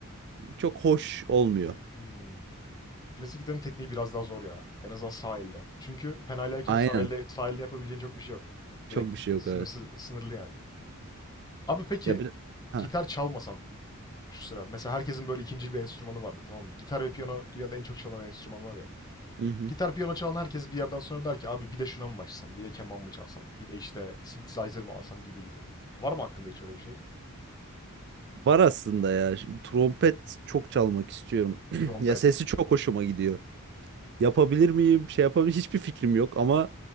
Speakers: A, on the right (about 50°); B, on the left (about 20°).
A: çok hoş olmuyor.
B: Hmm. Klasik gitarın tekniği biraz daha zor ya. En azından sahilde. Çünkü penaylayken
A: Aynen.
B: sahilde sahilde yapabileceğin çok bir şey yok.
A: Çok
B: Direkt
A: bir şey yok
B: sınırsız
A: evet.
B: sınırlı yani. Abi peki
A: Ya bir ha.
B: gitar çalmasan şu sıra. Mesela herkesin böyle ikinci bir enstrümanı vardı tamam mı? Gitar ve piyano dünyada en çok çalan enstrümanlar ya.
A: Hı hı.
B: Gitar piyano çalan herkes bir yerden sonra der ki abi bir de şuna mı başlasam? Bir de keman mı çalsam? Bir de işte synthesizer mı alsam gibi gibi. Var mı hakkında hiç öyle bir şey?
A: Var aslında ya. Şu Trompet çok çalmak istiyorum. <clears throat>
B: Trompet.
A: Ya sesi çok hoşuma gidiyor. Yapabilir miyim? Şey yapabilir hiçbir fikrim yok ama